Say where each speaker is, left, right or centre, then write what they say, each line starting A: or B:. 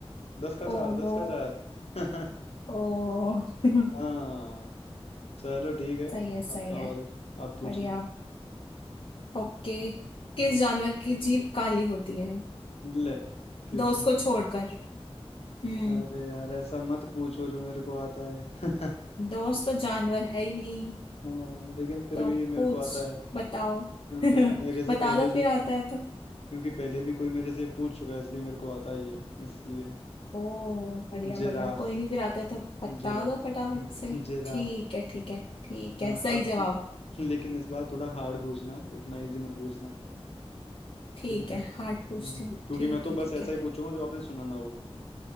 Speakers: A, on the left; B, on the left.
A: दस का
B: ओहो
A: चार दस का चार <laughs>
B: ओ <laughs>
A: हाँ चलो ठीक है
B: सही है सही
A: आपका
B: है
A: बारी आप पूछिए
B: बढ़िया ओके किस
A: हम्म
B: जानवर की जीभ काली होती है
A: ले किस
B: दोस्त
A: जन्म
B: को छोड़कर हम्म
A: अरे यार ऐसा मत पूछो जो मेरे को आता है <laughs>
B: दोस्त तो जानवर है ही नहीं
A: हाँ लेकिन फिर
B: तो
A: भी मेरे
B: पूछ
A: को आता है
B: बताओ
A: क्योंकि
B: <laughs>
A: मेरे से
B: बता
A: पहले
B: दो
A: भी
B: फिर आता है तो
A: क्योंकि पहले भी कोई मेरे से पूछ चुका है इसलिए मेरे को आता ही है इसलिए
B: ओ बढ़िया
A: Giraffe
B: बढ़िया कोई नहीं फिर आता है तो बता
A: giraffe
B: दो फटाफट से
A: giraffe
B: ठीक है ठीक है ठीक
A: हाँ
B: है सही
A: अब
B: जवाब
A: की- लेकिन इस बार थोड़ा हार्ड पूछना इतना इजी मत पूछना
B: ठीक
A: ठीक है
B: है
A: हम्म
B: हार्ड पूछती हूँ
A: क्योंकि
B: ठीक
A: मैं तो
B: है ठीक
A: बस ऐसा
B: है
A: ही पूछूंगा जो आपने सुना ना हो